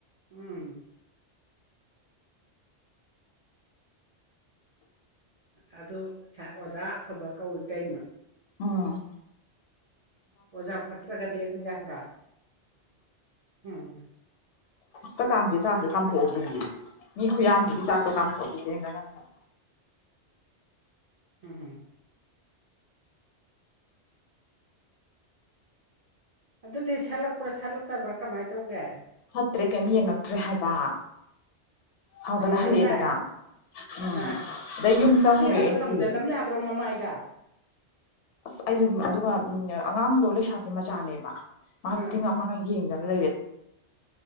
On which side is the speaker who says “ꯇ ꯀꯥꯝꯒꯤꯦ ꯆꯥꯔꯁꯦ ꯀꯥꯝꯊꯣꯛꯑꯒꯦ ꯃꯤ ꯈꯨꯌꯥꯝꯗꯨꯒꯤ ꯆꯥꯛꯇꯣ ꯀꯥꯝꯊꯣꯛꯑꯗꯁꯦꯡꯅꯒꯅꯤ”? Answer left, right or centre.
Left